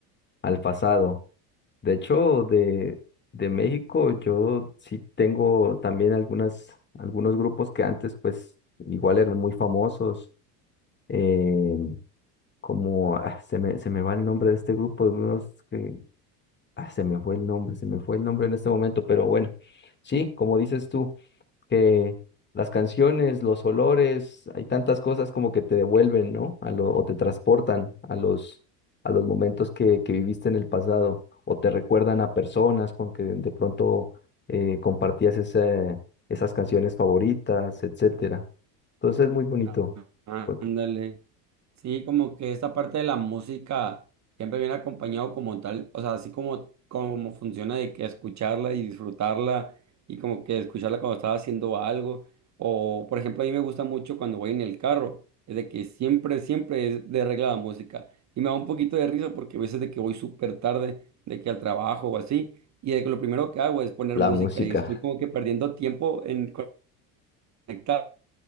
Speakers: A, on the left; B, on the right.
A: al pasado. De hecho, de, de México yo sí tengo también algunas, algunos grupos que antes pues igual eran muy famosos em, como ah, se me, se me va el nombre de este grupo de unos que ah, se me fue el nombre, se me fue el nombre en este momento, pero bueno, sí, como dices tú, que las canciones, los olores, hay tantas cosas como que te devuelven, ¿no? A lo, o te transportan a los, a los momentos que, que viviste en el pasado, o te recuerdan a personas con que de pronto eh, compartías ese- esas canciones favoritas, etcétera. Entonces es muy bonito
B: Ah,
A: pues,
B: Ándale. Sí, como que esta parte de la música siempre viene acompañado como tal, o sea, así como, como funciona de que escucharla y disfrutarla y como que escucharla cuando estaba haciendo algo. O, por ejemplo, a mí me gusta mucho cuando voy en el carro, es de que siempre, siempre es de regla la música. Y me da un poquito de risa porque a veces de que voy súper tarde, de que al trabajo o así, y de que lo primero que hago es poner
A: la
B: música
A: música.
B: y estoy como que perdiendo tiempo en conectar